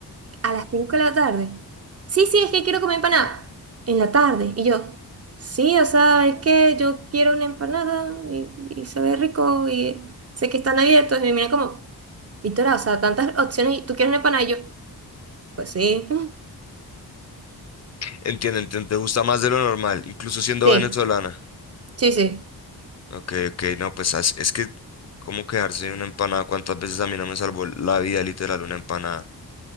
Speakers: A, on the right; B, on the left.
A: A las 5 de la tarde. Sí, sí, es que quiero comer empanada. En la tarde. Y yo, sí, o sea, es que yo quiero una empanada y, y se ve rico y sé que están abiertos. Y me miran como, Victoria, o sea, tantas opciones y tú quieres una empanada. Y yo, pues sí.
B: Entiendo, entiendo, te gusta más de lo normal, incluso siendo
A: Sí,
B: venezolana.
A: sí, sí.
B: Ok, ok, no, pues as- es que, ¿cómo quedarse de una empanada? ¿Cuántas veces a mí no me salvó la vida literal una empanada